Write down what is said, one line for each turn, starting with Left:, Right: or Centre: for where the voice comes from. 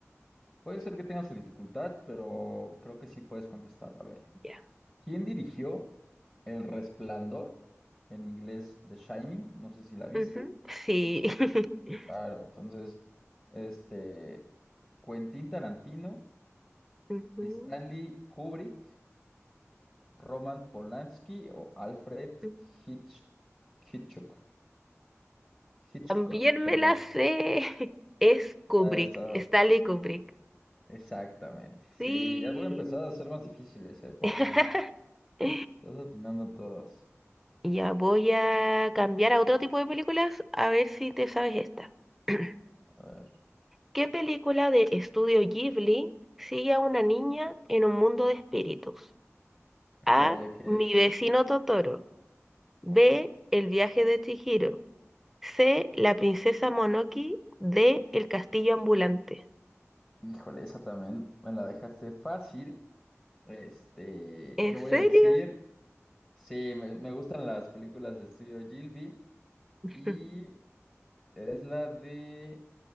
Left: puede ser que tenga su dificultad, pero creo que sí puedes contestarla. A ver.
Centre: Ya.
Left: ¿Quién dirigió El Resplandor? En inglés, The Shining. No sé si la viste.
Centre: Ujú, Sí. <laughs>
Left: Claro, entonces, este, Quentin Tarantino,
Centre: Ujú,
Left: Stanley Kubrick. Roman Polanski o Alfred
Centre: ujú.
Left: Hitch- Hitchcock. Hitchcock,
Centre: También
Left: perdón.
Centre: me la sé. <laughs> Es Kubrick,
Left: Ya está,
Centre: Stanley Kubrick.
Left: exactamente. Sí,
Centre: Sí.
Left: ya voy a empezar a ser más difíciles, ¿eh? Porque
Centre: <laughs> <laughs>
Left: estás atinando todas.
Centre: Ya voy a cambiar a otro tipo de películas a ver si te sabes esta. <clears throat>
Left: A ver.
Centre: ¿Qué película de estudio Ghibli sigue a una niña en un mundo de espíritus?
Left: Ok,
Centre: A.
Left: ok.
Centre: Mi vecino Totoro. B. El viaje de Chihiro. C. La princesa Monoki. D. El castillo ambulante.
Left: Híjole, esa también me la dejaste fácil. Este,
Centre: ¿En
Left: yo
Centre: serio?
Left: voy a decir, sí, me, me gustan las películas de estudio Gilby
Centre: <laughs>
Left: y es la de